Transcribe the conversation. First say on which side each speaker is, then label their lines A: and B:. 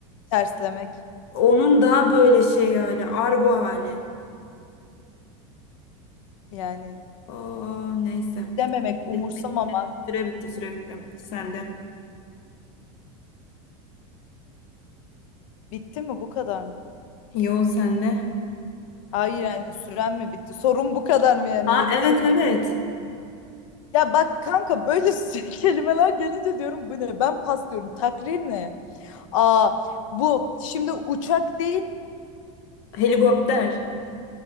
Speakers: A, on the left; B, on the left.
A: Terslemek
B: Onun daha böyle şey hali, argo hali.
A: yani
B: Aa, neyse.
A: dememek, umursamamak.
B: Bitti, süre bitti, süre bitti. Sende.
A: Bitti mi bu kadar mı?
B: Yo sende.
A: Hayır yani süren mi bitti? Sorun bu kadar mı yani?
B: Ha
A: Yeni
B: evet
A: soru
B: evet.
A: Ya bak kanka böyle <laughs> kelimeler gelince diyorum bu ne? Ben pas diyorum. Takrir ne? Aa bu şimdi uçak değil
B: Helikopter.